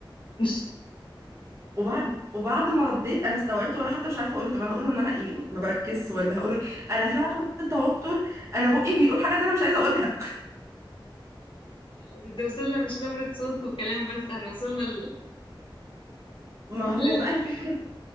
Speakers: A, on the left; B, on the right.
A: <laughs>
B: وبعد وبعد ما رديت انا استوعبت وانا حتى مش عارفه اقول له طب انا اقول له ان انا يعني ما بركزش ولا هقول ايه؟ انا فعلا في التوتر انا بقي بيقول حاجات انا مش عايزه اقولها
A: لا، ده وصلنا مش نبرة صوت وكلام بس احنا وصلنا
B: ما هو
A: ل...
B: بقى الفكرة
A: <laughs>